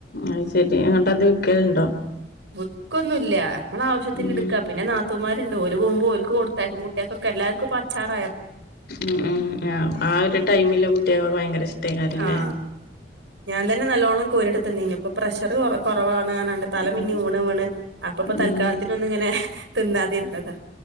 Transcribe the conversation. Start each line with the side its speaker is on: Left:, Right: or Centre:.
Left: അ ശെരി അങ്ങട്ട് അത് വിക്കലുണ്ടോ
Right: ബുക്കൊന്നും ഇല്ല നമ്മള ആവശ്യത്തിന്
Left: ഉം
Right: എടുക്കാ പിന്നെ അത്തമാരുണ്ട് ല് പോുമ്പോഓക്ക് കൊടുത്തേക്കും കുട്ടികൾക്കെ എല്ലാവർക്ക ഇപ്പ അച്ചാറ
Left: ഉം ഉം ആ ആ ഒരു ടൈമില് കുട്ടികൾക്കൊക്കെ ഭയങ്കര ഇഷ്ടേക്കാാര്ല്ലേ
Right: ആഹ് ഞാൻ തന്നെ നല്ലോണ്ണം കോരിടുത്തന്ന ഇനി ഇപ്പൊ പ്രഷർ കൊ കുറവാാണ് ാണ്ട് തലമ
Left: ഉം
Right: ഇന്ന ഊണ് വീണ് അപ്പ ഇപ്പോൊ
Left: ഉം
Right: തൽക്കാലത്തിനൊന്ന ഇങ്ങനെ തിന്നാതിരുന്നതോ